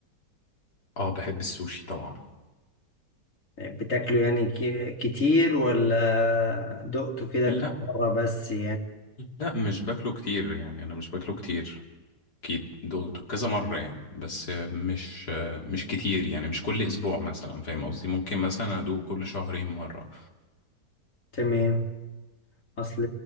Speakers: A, on the left; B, on the left.
A: آه بحب السوشي طبعا
B: بتاكله يعني ك... كتير ولا دقته كده
A: لا
B: كم مره بس يعني
A: لا مش باكله كتير يعني انا مش باكله كتير اكيد دقته كذا مرة يعني بس مش مش كتير يعني مش كل اسبوع مثلا فاهم قصدي ممكن مثلا ادوق كل شهرين مرة
B: تمام اصل